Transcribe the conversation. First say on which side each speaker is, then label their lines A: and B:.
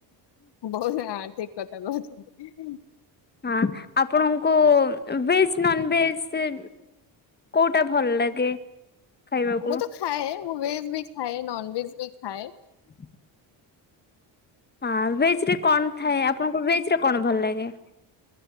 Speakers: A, on the left; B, on the left.
A: <unintelligible> ଠିକ୍ କଥା କହୁଛନ୍ତି।
B: ହଁ, ଆପଣଙ୍କୁ ଭେଜ୍ ନନଭେଜ୍ ରେ କୋଉଟା ଭଲ ଲାଗେ? ଖାଇବାକୁ
A: ମୁଁ ତ ଖାଏ ମୁଁ ଭେଜ୍ ବି ଖାଏ ନନ୍ଭେଜ୍ ବି ଖାଏ।
B: <inaudible> ହଁ ଭେଜ୍ ରେ କଣ ଥାଏ, ଆପଣଙ୍କୁ ଭେଜ୍ ରେ କଣ ଭଲ ଲାଗେ?